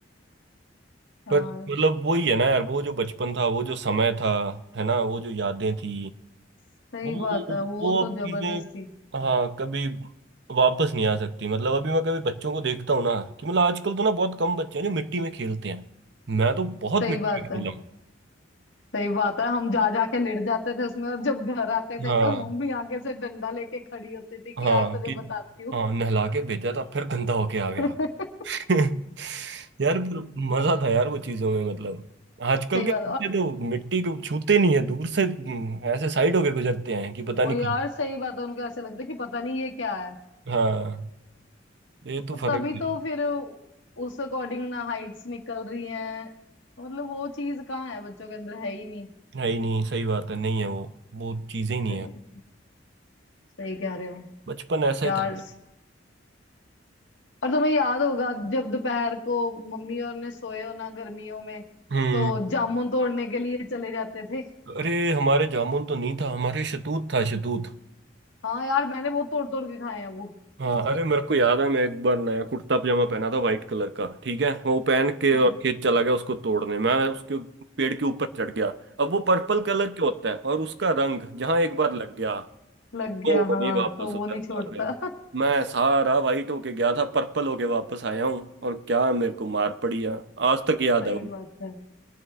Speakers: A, on the left; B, on the right.
A: यार
B: पर मतलब वही है ना यार वो जो बचपन था वो जो समय था है ना वो जो यादें थी
A: सही
B: वो
A: बात है वो
B: वो
A: तो
B: अब चीजें
A: जबरदस्ती
B: हाँ कभी वापस नहीं आ सकती मतलब अभी मैं कभी बच्चों को देखता हूँ ना कि मतलब आजकल तो ना बहुत कम बच्चे हैं जो मिट्टी में खेलते हैं मैं तो बहुत
A: सही
B: मिट्टी
A: बात
B: में खेला
A: है
B: हूँ
A: सही बात है हम जा जा के लेट जाते थे उसमें और जब घर आते
B: हाँ
A: थे तो मम्मी आगे से डंडा लेके खड़ी होती थी कि
B: हाँ
A: यार तुझे
B: कि
A: बताती हूँ
B: हाँ नहला के भेजा था फिर गंदा होके आ गया
A: <laughs>
B: <laughs> यार पर मजा था यार वो चीजों में मतलब आजकल
A: सही
B: के
A: बात
B: बच्चे
A: है। और
B: तो मिट्टी को छूते नहीं है दूर से हम्म, ऐसे साइड होके गुजरते हैं कि पता
A: ओ
B: नहीं
A: यार सही बात है उनको ऐसे लगता है कि पता नहीं ये क्या
B: कहाँ हाँ ये तो
A: और
B: फर्क
A: तभी
B: है
A: तो फिर उस अकॉर्डिंग ना हाइट्स निकल रही हैं मतलब वो चीज कहाँ है बच्चों के अंदर है ही नहीं
B: है ही नहीं सही बात है नहीं है वो वो चीजें ही नहीं
A: सही
B: है
A: सही कह रहे हो
B: बचपन ऐसा
A: यार
B: ही था
A: और तुम्हें याद होगा जब दोपहर को मम्मी और ने सोए हो ना गर्मियों में
B: हम्म
A: तो जामुन तोड़ने के लिए चले जाते थे
B: अरे हमारे जामुन तो नहीं था हमारे शतूत था शतूत
A: हाँ यार मैंने वो तोड़ तोड़ के खाए हैं वो
B: हाँ अरे मेरे को याद है मैं एक बार नया कुर्ता पजामा पहना था वाइट कलर का ठीक है वो पहन के
A: हाँ,
B: और खेत चला गया उसको तोड़ने मैं उसके पेड़ के ऊपर चढ़ गया अब वो पर्पल कलर के होता है और उसका रंग जहाँ एक बार लग गया
A: लग गया
B: वो
A: हाँ
B: नहीं वापस
A: तो वो
B: उतरता
A: नहीं छोड़ता
B: अरे
A: <laughs>
B: मैं सारा वाइट होके गया था पर्पल होके वापस आया हूँ और क्या मेरे को मार पड़ी है आज तक याद
A: सही
B: है वो
A: बात है